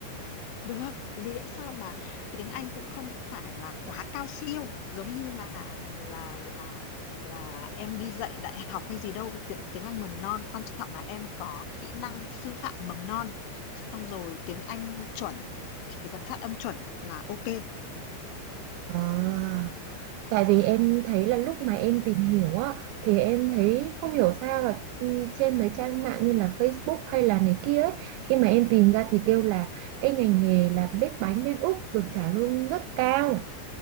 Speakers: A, on the left (about 75°); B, on the right (about 90°).
A: Được, miễn sao mà tiếng Anh cũng không phải là quá cao siêu, giống như là là là là em đi dạy đại học hay gì đâu, tiếng tiếng Anh mầm non, quan trọng là em có kỹ năng sư phạm mầm non, xong rồi tiếng Anh chuẩn, chỉ cần phát âm chuẩn là ok kê.
B: à, tại vì em thấy là lúc mà em tìm hiểu á thì em thấy không hiểu sao là ừ, trên mấy trang mạng như là Facebook hay là này kia ấy khi mà em tìm ra thì kêu là cái ngành nghề là bếp bánh bên Úc được trả lương rất cao